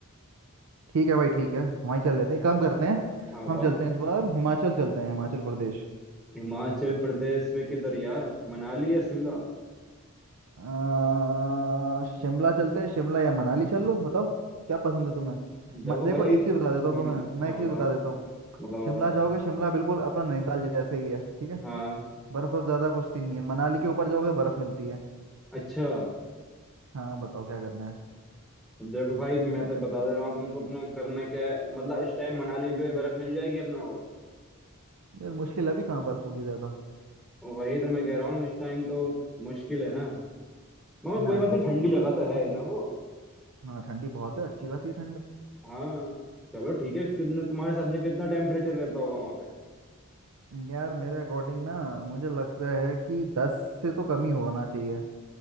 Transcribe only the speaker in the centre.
हाँ बताओ
हिमाचल प्रदेश में किधर यार मनाली या शिमला
देखो
भाई
हम्म
हाँ
बताओ
बताओ
बताओ
हाँ
अच्छा
देखो भाई मैं तो बता दे रहा हूँ तुमको अपना करना क्या है मतलब इस टाइम मनाली पे बर्फ मिल जाएगी अपने को
वही तो मैं कह रहा हूँ इस टाइम तो मुश्किल है ना मगर कोई
बात नहीं ठंडी जगह तो है ना वो
हाँ चलो ठीक है कितना तुम्हारे हिसाब से कितना टेम्परेचर रहता होगा वहां पे